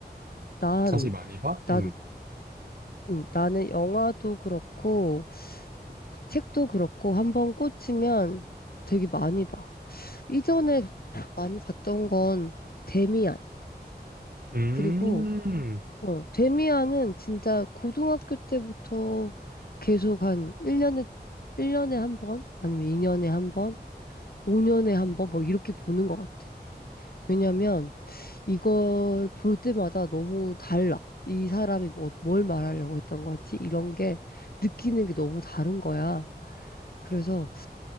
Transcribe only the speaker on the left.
난,
난,
응. 나는 영화도 그렇고, 책도 그렇고, 한 번 꽂히면 되게 많이 봐. 이전에 많이 봤던 건 데미안.
그리고 어, 데미안은 진짜 고등학교 때부터 계속 한 1년에 1년에 한 번, 아니면 2년에 한 번, 5년에 한 번 뭐 이렇게 보는 것 같아. 왜냐면 이걸 볼 때마다 너무 달라. 이 사람이 뭐, 뭘 말하려고 했던 거지? 이런 게 느끼는 게 너무 다른 거야. 그래서